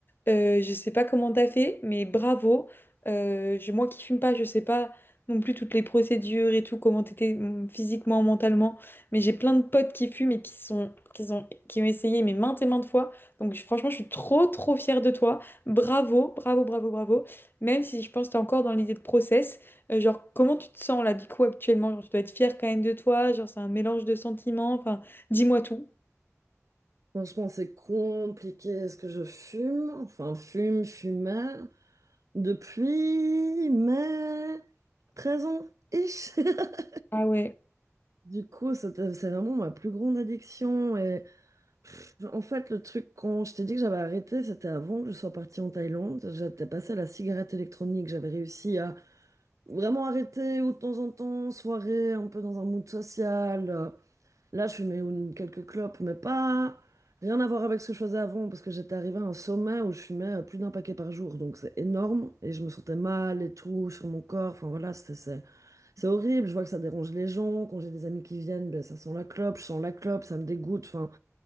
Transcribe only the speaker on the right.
Franchement, c'est compliqué. Est-ce que je fume? Enfin, fume, fumais. Depuis mai 13 ans, ish. <laughs>
Du coup, c'était- c'est vraiment ma plus grande addiction. Et pff, en fait, le truc, quand je t'ai dit que j'avais arrêté, c'était avant que je sois partie en Thaïlande. J'étais passée à la cigarette électronique. J'avais réussi à vraiment arrêter ou de temps en temps, soirée, un peu dans un mood social. euh, Là, je fumais une- quelques clopes, mais pas rien à voir avec ce que je faisais avant, parce que j'étais arrivée à un sommet où je fumais euh, plus d'un paquet par jour, donc c'est énorme, et je me sentais mal et tout sur mon corps. Enfin voilà, c'est c'est- c'est horrible. Je vois que ça dérange les gens. Quand j'ai des amis qui viennent, ben, ça sent la clope, je sens la clope, ça me dégoûte. Enfin,